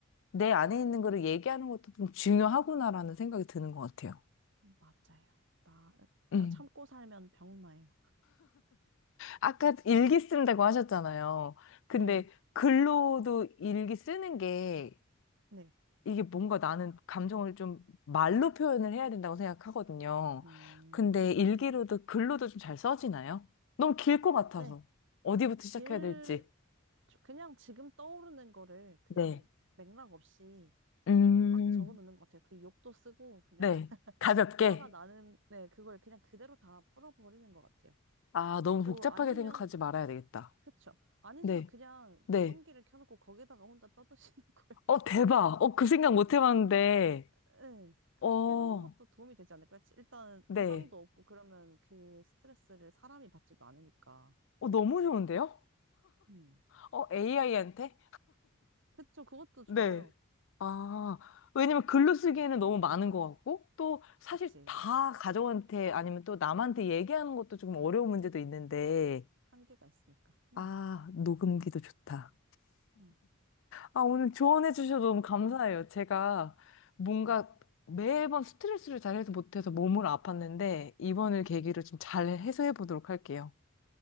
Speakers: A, on the left (about 60°); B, on the right (about 60°).
A: 내 안에 있는 거를 얘기하는 것도 좀 중요하구나라는 생각이 드는 것 같아요.
B: 맞아요. 나 벼-
A: 음.
B: 참고 살면 병나요.
A: 아까 일기 쓴다고 하셨잖아요. 근데
B: 네,
A: 글로도 일기 쓰는 게
B: 네,
A: 이게 뭔가 나는 감정을 좀 말로 표현을 해야 된다고 생각하거든요.
B: 음,
A: 근데 일기로도 글로도 좀 잘 써지나요? 너무 길 것 같아서.
B: 네.
A: 어디부터 시작해야
B: 길
A: 될지.
B: 그냥 지금 떠오르는 거를 그냥
A: 네.
B: 맥락 없이
A: 음,
B: 막 적어놓는 것 같아요. 그 욕도 쓰고 그냥
A: 네.
B: <laughs>
A: 가볍게.
B: 화가 나는 네 그걸 그냥 그대로 다 풀어버리는 것 같아요.
A: 아, 너무
B: 뭐
A: 복잡하게
B: 아니면
A: 생각하지 말아야 되겠다.
B: 그쵸. 아니시면
A: 네.
B: 그냥
A: 네.
B: 녹음기를 켜놓고 거기다가 혼자 떠드시는 <laughs> 거예요.
A: 어, 대박. 어, 그 생각 못 해봤는데.
B: 에, 그렇게
A: 어,
B: 하는 것도 도움이 되지 않을까요? 일단
A: 네.
B: 대상도 없고 그러면 그 스트레스를 사람이 받지도 않으니까.
A: 어, 너무 좋은데요?
B: 음.
A: 어, AI한테?
B: 그쵸. 그것도 좋아요.
A: 네. 아,
B: 음.
A: 왜냐면 글로 쓰기에는 너무 많은 것 같고, 또 사실
B: 그치.
A: 다 가족한테 아니면 또 남한테 얘기하는 것도 조금 어려운 문제도 있는데,
B: 그쵸. 한계가 있으니까. 네.
A: 아, 녹음기도 좋다.
B: 음.
A: 아, 오늘 조언해 주셔서 너무 감사해요. 제가 뭔가
B: 네.
A: 매번 스트레스를 잘 해소 못해서 몸으로 아팠는데, 이번을 계기로
B: 네.
A: 좀 잘 해소해 보도록 할게요.